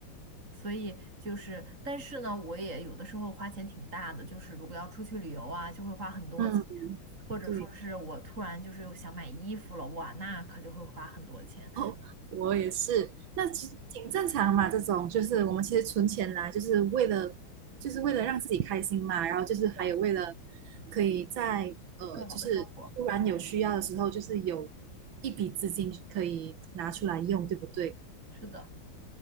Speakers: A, on the right; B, on the right.
A: 所以就是，但是呢，我也有的时候花钱挺大的，就是如果要出去旅游啊，就会花很多钱，
B: 嗯，
A: 或者说是我突然就是又想买衣服了，
B: 对。
A: 哇，那可就会花很多钱。
B: 哦，我也是，那其实挺正常嘛。这种就是我们其实存钱来，就是为了就是为了让自己开心嘛，然后就是还有为了
A: 是的，
B: 可以在呃，
A: 更好的生活。
B: 就是突然有需要的时候，就是有一笔资金可以拿出来用，对不对？
A: 是的，